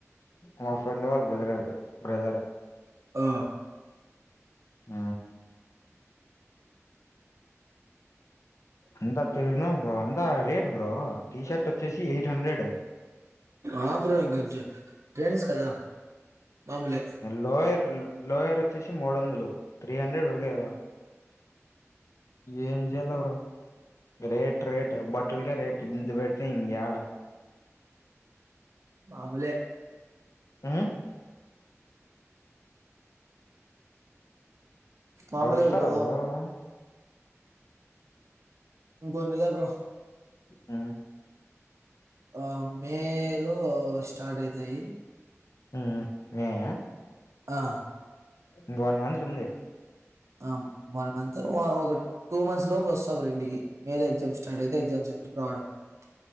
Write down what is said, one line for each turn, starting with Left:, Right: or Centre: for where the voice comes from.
Left: మా ఫ్రెండ్ వాళ్ళ <unintelligible> బ్రదర్
Right: ఆ
Left: ఆ అంతా బ్రో అంతా రేట్ బ్రో టీ షర్ట్ వచ్చేసి ఎయిట్ హండ్రెడ్
Right: ఆ బ్రో ఇంక ట్రెండ్స్ కదా మామూలే
Left: లోయర్ లోయర్ వచ్చేసి మూడు వందలు త్రీ హండ్రెడ్ ఉరికే కదా
Right: ఉమ్,
Left: ఏంజేయాల్లో బ్రో రేట్ రేట్ బట్టలేకే రేట్ ఇంత ఇంత పెడితే ఇంగ యాడ
Right: మాములే
Left: ఆ
Right: మామూలే
Left: అరుస్తర
Right: బ్రో
Left: <unintelligible>
Right: ఇంకొన్నియర్ బ్రో
Left: ఆ
Right: ఆ మే లో స్టార్ట్ అయితాయి
Left: ఆ హ <unintelligible>
Right: ఆ
Left: ఇంక వన్ మంత్ ఉంది
Right: ఆ వన్ మంత్ వ ఒక టూ మంత్స్ లోపు వస్తా బ్రో ఇంటికి మే ల ఎగ్జామ్ స్టార్ట్ అయితే ఎగ్జామ్ <unintelligible>